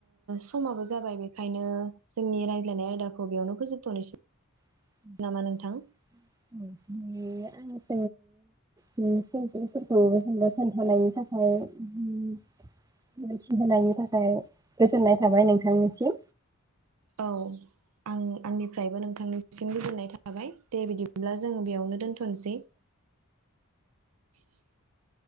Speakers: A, on the right (about 75°); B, on the right (about 15°).
A: समाबो जाबाय बेखायनो जोंनि रायज्लायनाय आयदाखौ बेयावनो फोजोबथ'नोसै
B: <unintelligible>
A: नामा नोंथां
B: ओम <unintelligible> <unintelligible> खिनथानायनि थाखाय ओम मिथिहोनायनि थाखाय गोजोननाय थाबाय नोंथांनिसिम
A: औ आं आंनिफ्रायबो नोंथांनिसिम गोजोननाय थाबाय दे बिदिब्ला जोंङो बेयावनो दोनथ' <unintelligible>